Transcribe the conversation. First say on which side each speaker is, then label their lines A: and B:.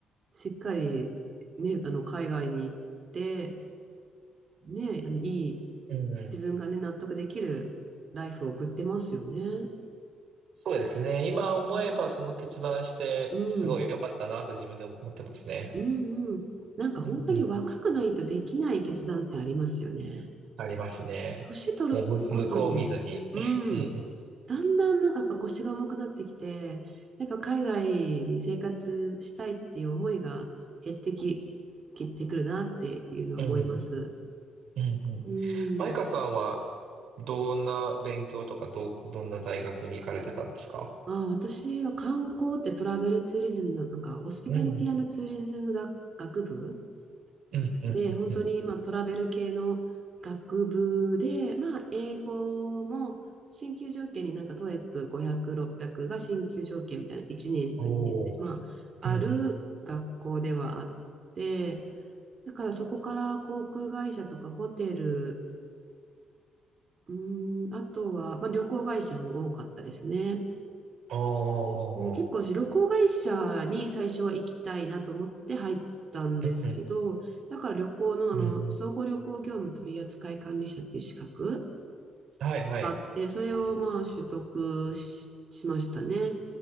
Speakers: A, on the right; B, on the right.
A: しっかり、ね、あの、海外に行って、ね、あの、いい、
B: うんうん。
A: 自分がね、納得できるライフを送ってますよね。
B: そうですね。今思えばその決断して、
A: うん、
B: すごい良かったなと自分で思ってますね。
A: うん、うん。なんか本当に若くないとできない決断ってありますよね。
B: うんうん。ありますね。
A: 年取ることに、
B: もう向、向こう見ずに。
A: うん、
B: <laughs> うん
A: だんだんなんかやっぱ腰が重くなってきて、やっぱ海外に生活したいっていう思いが減ってき、減ってくるなっていうのは思います。
B: うん。うんうん。うんうん。
A: うん。
B: マイカさんはどんな勉強とかど、どんな大学に行かれてたんですか
A: あ、私は観光ってトラベルツーリズムの、なんかホスピタリティツーリズム学、
B: うん。
A: 学部
B: うんうんうんうん。
A: で、本当に、まあ、トラベル系の学部で、まあ、英語も進級条件になんか TOEIC 500、600が進級条件みたいな1年と2年で、
B: おお。
A: まあ、
B: うんうん
A: ある学校ではあって、だからそこから航空会社とかホテル、うーん、あとは、まあ、旅行会社も多かったですね。
B: ああ、
A: で、うん結構旅行会社に最初は行きたいなと思って入ったんですけど、
B: うん、うん、
A: だから旅行のあの、
B: うん。
A: 総合旅行業務取扱管理者っていう資格
B: はい、はい。
A: があって、それをまあ取得し、しましたね。